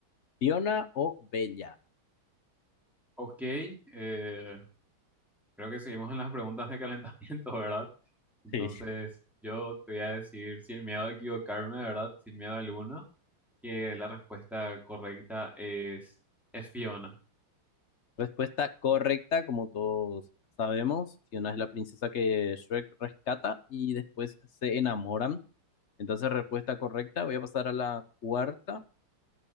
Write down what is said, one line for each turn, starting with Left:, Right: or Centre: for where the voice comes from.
Left: Fiona o Bella?
Centre: Ok, eh, creo que seguimos en las preguntas de calentamiento, <laughs> ¿verdad? Entonces
Left: <laughs> Sí.
Centre: yo te voy a decir sin miedo a equivocarme, ¿verdad? Sin miedo alguno, que la respuesta correcta es, es Fiona.
Left: Respuesta correcta, como todos sabemos, Fiona es la princesa que Shrek rescata y después se enamoran. Entonces, respuesta correcta. Voy a pasar a la cuarta.